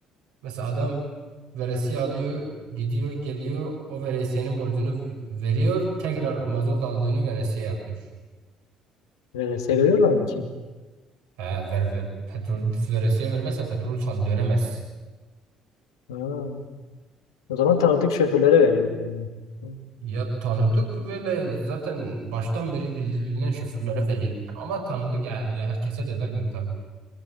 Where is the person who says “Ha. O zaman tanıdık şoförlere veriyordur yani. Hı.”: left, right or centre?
Left